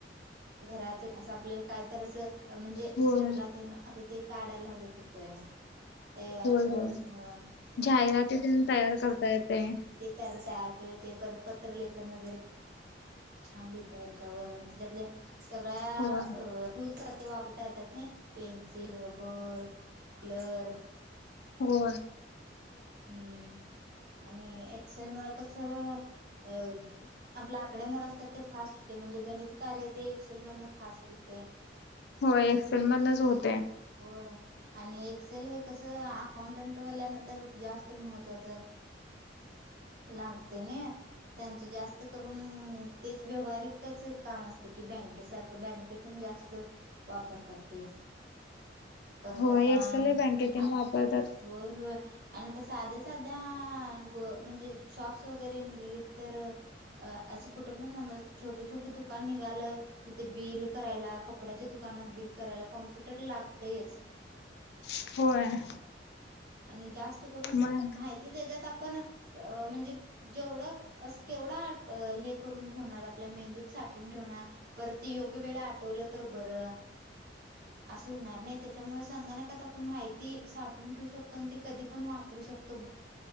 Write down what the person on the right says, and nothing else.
घराच अस आपल्याला कायतरी असं म्हणजे
चित्रकला तेन त ते काढायला मदत होतंय त्या
वर्डस
मुळं
<unintelligible> तयार केले. ते पर पत्रलेखन वगैरे छान लिहिता याच्यावर आणि त्याच्यातल्या सगळ्या
अ <unintelligible> वापरता येतात नाही. पेन्सिल रबर क्लर
हम्म, आणि एक्सेल मुळं कसं अ आपला आकडे मोड असतात ते फास्ट होते म्हणजे गणित कार्य ते एक्सेल मधनं फास्ट होते.
होय आणि एक्सेल हे कसं अकाऊटंटवाल्या ना तर जास्त महत्त्वाचा लागते ने त्यांच जास्त करून तेच व्यवहारीकच काम असते की, बँके सारखं बँक ते तन जास्त वापरतात ते. परत
आता
आत
होय होय. आणि आता साध्या साध्या ग म्हणजे शॉप्स वगैरे निघलीत तर अ असं कुठपण समज छोटं छोटं दुकान निघालं तिथे बिल करायला. कपड्याच्या दुकानात बिल करायला. कॉम्प्युटर लागतंयच.
आणि जास्त करून
माहिती त्याच्यात आपण अ म्हणजे जेवढं असं केवढा हे करून ठेवणार आपल्या मेंदूत साठवून ठेवणार. परत ते योग्य वेळा आठवलं तर बरं असं होणार नाही त्याच्यामुळे संगणकात आपण माहिती साठवून ठेवू शकतो अन ते कधी पण वापरू शकतो.